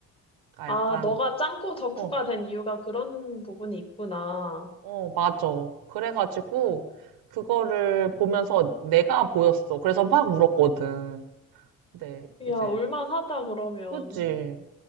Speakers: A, on the right (about 80°); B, on the left (about 15°).
A: 그러니까
B: 아,
A: 약간,
B: 너가 짱구 덕후가
A: 어,
B: 된 이유가 그런 부분이 있구나.
A: 어, 맞아. 그래가지고, 그거를 보면서 내가 보였어. 그래서 막 울었거든. 근데
B: 야,
A: 이제,
B: 올만하다, 그러면.
A: 그치.